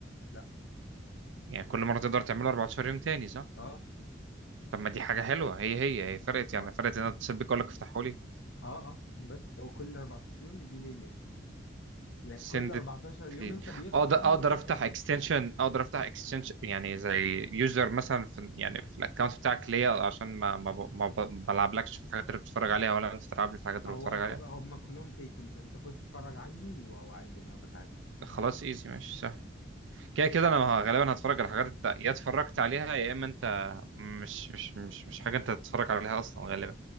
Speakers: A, on the left; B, on the right.
A: لا
B: يعني كل مرة تقدر تعمله 14 يوم تاني صح
A: اه
B: طب ما دي حاجة حلوة هي هي هي فرقت يعني
A: ما
B: فرقت ان انا اتصل بيك اقول لك افتحوا لي
A: اه اه بس هو كل 14 يوم بيجي لي اللينك يعني
B: send
A: كل 14
B: it please
A: يوم انت بيخلص
B: اقدر
A: عندك
B: اقدر
A: يقول لك
B: افتح
A: هات لي
B: اكستنشن
A: لينك
B: اقدر افتح اكستنشن يعني زي يوزر مثلا في يعني في الاكونت بتاعك ليا عشان ما ما ب- ما ب- بلعبلكش في الحاجات اللي بتتفرج عليها ولا انت تلعب لي في الحاجات اللي
A: هو
B: بتتفرج
A: ك-
B: عليها
A: هم كلهم تيكن فانت خش اتفرج عندي و- وعادي انا بتعامل
B: خلاص ايزي ماشي سهل كده كده انا ه- غالبا هتفرج على الحاجات الت- يا اتفرجت عليها يا اما انت مش مش مش مش حاجه انت تتفرج عليها اصلا غالبا